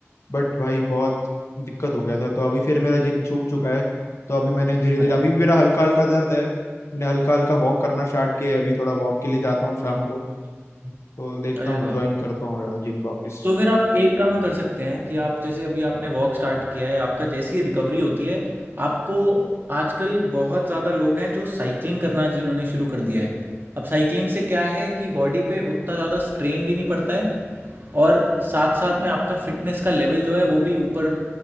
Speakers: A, on the left; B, on the right.
A: बट भाई बहुत दिक्कत हो गया था तो अभी फिर मेरा जिम छूट चुका है तो अभी मैंने धीरे धीरे
B: अच्छा।
A: अभी भी मेरा हल्का हल्का दर्द है मैंने हल्का हल्का वॉक करना स्टार्ट किया है अभी थोड़ा वॉक के लिए जाता हूँ शाम
B: हुँ,
A: को
B: हुँ।
A: तो देखता
B: अरे
A: हूँ
B: वाह!
A: ज्वाइन करता हूँ यार जिम वापस
B: तो फिर आप एक काम कर सकते हैं कि आप जैसे अभी आपने वॉक स्टार्ट किया है आपका जैसी ही रिकवरी होती है आपको आजकल बहुत ज़्यादा लोग हैं जो साइकिलिंग करना जिन्होंने शुरू कर दिया है अब साइकिलिंग से क्या है कि बॉडी पे उतना ज़्यादा स्ट्रेन भी नहीं पड़ता है और साथ साथ में आपका फिटनेस का लेवल जो है वो भी ऊपर